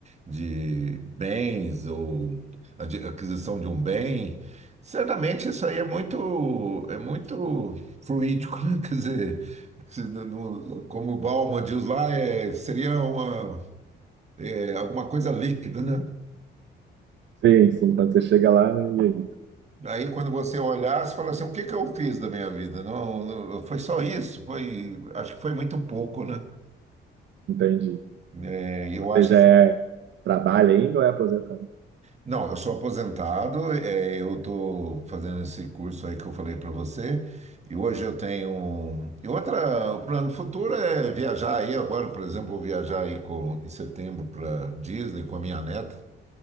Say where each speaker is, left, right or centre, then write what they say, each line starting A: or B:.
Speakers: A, on the right (about 35°); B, on the right (about 65°).
A: de bens ou adi- aquisição de um bem, certamente isso aí é muito, é muito fluídico, né? <laughs> Quer dizer, se não- não- como o Bauman diz lá, é, seria uma, é, alguma coisa líquida, né?
B: Sim, sim, quando você chega lá, né? E aí?
A: Aí quando você olhar, você fala assim, o que que eu fiz da minha vida? Não, não, foi só isso, foi, acho que foi muito pouco, né?
B: Entendi.
A: É, eu
B: Você
A: acho
B: já é, trabalha ainda ou é aposentado?
A: Não, eu sou aposentado, é, eu estou fazendo esse curso aí que eu falei para você, e hoje eu tenho. um- E outra, o plano futuro é viajar aí agora, por exemplo, vou viajar aí com, em setembro para Disney com a minha neta.